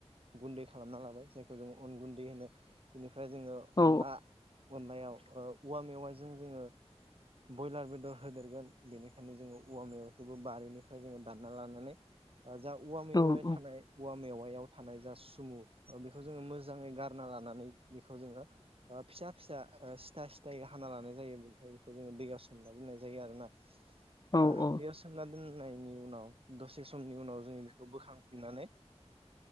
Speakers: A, on the right; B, on the left.
A: गुन्दै खालामना लाबाय जायखौ जों अन गुन्दै होनो बेनिफ्राय जोङो
B: औ
A: अनला अनलायाव ओ औवा मेवायजों जोङो बयलार बेदर होदेरगोन बेनिखायनो जोङो औवा‌ मेवाइ खौबो बारिनिफ्राय जोङो दानना लानानै ओ जा औवा मेवाया
B: औ औ
A: थानाय औवा मेवायाव थानाय जास सुमु ओ बेखौ जोङो मोजाङै गारना लानानै बेखौ जोङो फिसा फिसा ओ सिथा सिथा सिथायै हाना लानाय जायो बेनिफाय बेखौ जोङो दैयाव सोमना दोननाय जायो आरोना
B: औ
A: ओह
B: औ
A: दै दोननायनि उनाव दसे समनि उनाव जोङो बेखौ बोखांफिननानै